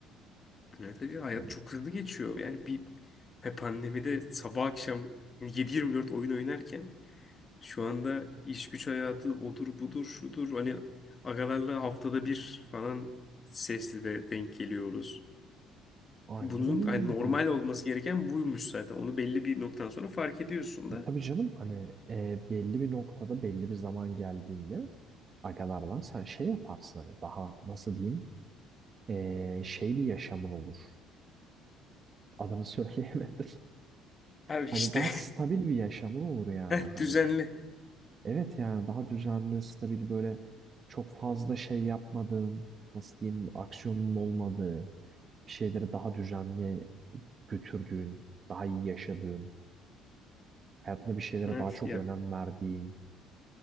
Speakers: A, on the left (about 35°); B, on the right (about 40°).
A: Evet, evet. ya hayat
B: Hani
A: çok hızlı geçiyor. Yani bir he pandemide sabah akşam 7-24 oyun oynarken şu anda iş güç hayatı odur budur şudur hani agalarla haftada bir falan sesli de denk geliyoruz.
B: aynen
A: Bunun
B: öyle
A: hani
B: yani
A: normal
B: hani.
A: olması gereken buymuş zaten. Onu belli bir noktadan sonra fark ediyorsun
B: E,
A: da.
B: Tabii canım hani e, belli bir noktada belli bir zaman geldiğinde agalarla sen şey yaparsın hani daha nasıl diyeyim e, şey bir yaşamın olur. Adını <laughs> söyleyemedim.
A: Abi
B: Hani
A: işte
B: daha stabil bir yaşamın olur yani
A: <laughs> heh,
B: hani.
A: düzenli.
B: Evet yani daha düzenli, stabil böyle çok fazla şey yapmadığın, nasıl diyeyim, aksiyonun olmadığı, bir şeyleri daha düzenli götürdüğün, daha iyi yaşadığın, hayatında bir şeylere
A: Evet,
B: daha çok
A: ya
B: önem verdiğin.